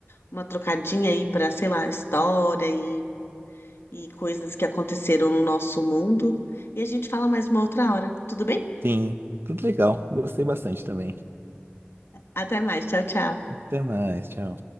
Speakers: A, on the left (about 85°); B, on the right (about 70°).
A: uma trocadinha aí para, sei lá, história e, e coisas que aconteceram no nosso mundo. E a gente fala mais uma outra hora. Tudo bem?
B: Sim, tudo legal. Gostei bastante também.
A: Até mais. Tchau, tchau.
B: Até mais, tchau.